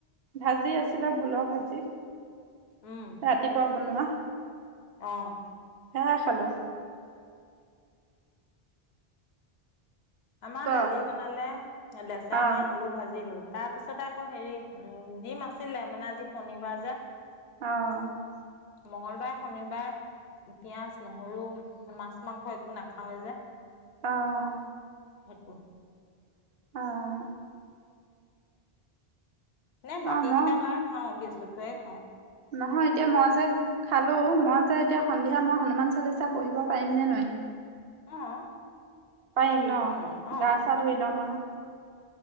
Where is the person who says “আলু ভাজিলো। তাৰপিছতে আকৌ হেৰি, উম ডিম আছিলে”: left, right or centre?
Left